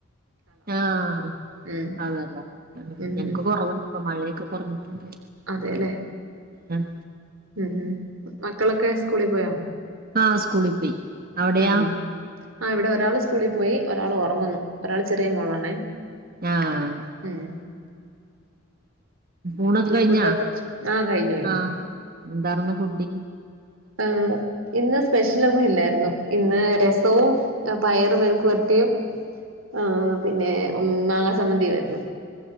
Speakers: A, on the right; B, on the right.
A: ആഹ്
B: ഉം
A: അതല്ല
B: ഉം
A: ഞങ്ങക്ക്
B: ഉം
A: കൊറവുണ്ട്പ്പൊ മഴയൊക്കെ കുറഞ്ഞിട്ടുണ്ട്
B: അതെല്ലേ
A: ആഹ്
B: ഉം ഹം മക്കളൊക്കെ സ്കൂളിൽ പോയാോ
A: ആഹ് സ്കൂളിൽ പോയി അവിടെയാ
B: ഉം ഉം ആ ഇവിടെ ഒരാൾ സ്കൂളിൽ പോയി ഒരാൾ ഉറങ്ങുന്നു ഒരാൾ ചെറിയ മോളാണേ
A: ആഹ്
B: ഉം
A: ഊണൊക്കെ
B: ഇനി
A: കഴിഞ്ഞാ
B: ഫുഡൊക്കെ കഴിച്ചോ ആഹ് കഴിഞ്ഞു കഴിഞ്ഞു
A: ആഹ് എന്തന്ന് ഫുഡി
B: ആഹ് ഇന്ന് സ്പെഷ്യലൊന്നും ഇല്ലായിരുന്നു ഇന്ന് രസവും പയറും മെഴുക്ക് പെരട്ടിയും ആഹ് പിന്നെ ഉം മാാങ്ങാസമ്മന്തി വരുന്നു